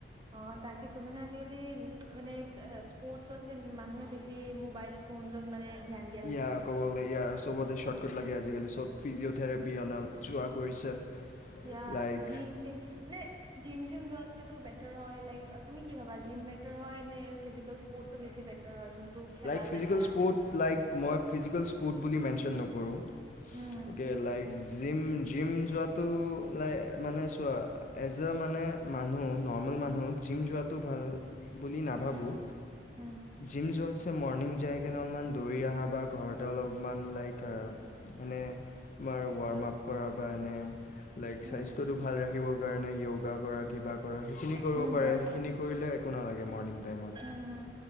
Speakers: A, on the right (about 25°); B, on the left (about 45°).
A: অ তাকেটো মানে আজিকালি মানে এ স্পৰ্টছত এ মানুহে বেছি ছি মোবাইল ফোন যত মানে ধ্যান দিয়া হৈছে
B: ইয়া ক'ব গলে ইয়া চবতে স্বট কাট লাগে আজিকালি চব ফিজিঅ'থেৰাপি অনা যোৱা কৰিছে।
A: ইয়া
B: লাইক
A: জিম চিম নে জিম চিম যোৱাতচে বেটাৰ হয় লাইক তুমি কি ভাবা জিম বেটাৰ হয় নে ফিজিকেল স্পৰ্টছটো বেছি বেট টাৰ হয় যোনটো খেলা
B: লাইক
A: যায়
B: ফিজিকেল
A: খেলা
B: স্পৰ্টছ
A: ধূলাত
B: লাইক মই ফিজিকেল স্পৰ্ট বুলি মেনচন নকৰোঁ,
A: হুম
B: অকে লাইক জিম জিম যোৱাটো লাই মানে চোৱা এজ এ মানে মানুহ নৰ্মেল মানুহ জিম যোৱাটো ভাল বুলি নাভাবোঁ,
A: হুম হুম
B: জিম যোৱাত মৰ্ণিং যাই কিনে অলপমান দৌৰি অহা বা ঘৰতে অলপ ইমান লাইক অ এনে আমাৰ ৱাৰ্ম আপ কৰা বা এনে লাইক
A: হুম
B: স্বাস্থ্যটো ভাল ৰাখিবৰ কাৰণে য়োগা কৰা কিবা কৰা সেইখিনি কৰিব
A: হুম হুম
B: পাৰে
A: হুম
B: সেইখিনি কৰিলে একো নালাগে মৰ্ণিং টাইমত,
A: হুম হুম